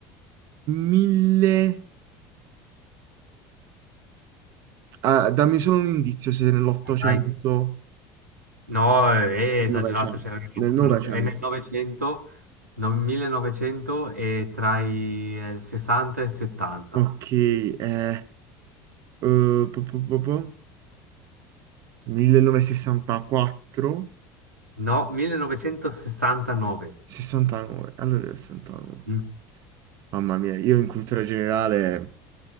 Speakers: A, on the right (about 45°); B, on the right (about 85°).
A: mille... Ah, dammi solo un indizio se nell'Ottocento,
B: Dai, dai. No, è
A: nel
B: esagerato,
A: Novecento.
B: c'era il ragazzo
A: Nel Novecento.
B: dello- È nel 900, no, 1900 e tra i eh, 60 e il 70.
A: Ok, eh, eh, po- po- po- po- 1964,
B: No, 1969.
A: 69. Allora era 69.
B: Mm?
A: Mamma mia, io in cultura generale...